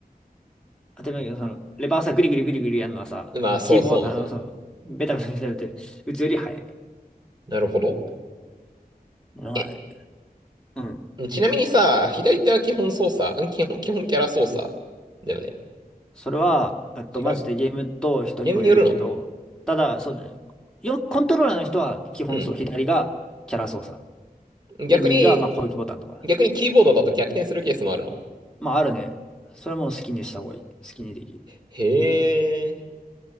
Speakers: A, in the centre; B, on the right.
A: 当たり前だけど、その、レバーさ、グリグリグリグリやるのはさ、
B: まあ、そうそうそう。
A: キーボード、あの、そう、ベタベタベタベタ打つより速い
B: なるほど。
A: のがある。
B: え、
A: うん。
B: ちなみにさ、左手は基本操作、ん基本、基本キャラ操作だよね。
A: それは、えっと、
B: 違う
A: マジでゲームと人にもよるけど、
B: ゲームによるの。
A: ただ、そうだね。よ、コントローラーの人は基本そう、
B: うん。
A: 左がキャラ操作。
B: 逆に、
A: で、右が、まあ、攻撃ボタンとか。
B: 逆にキーボードだと逆転するケースもあるの。
A: まあ、あるね。それも好きにした方がいい。好きにできる。
B: へえ。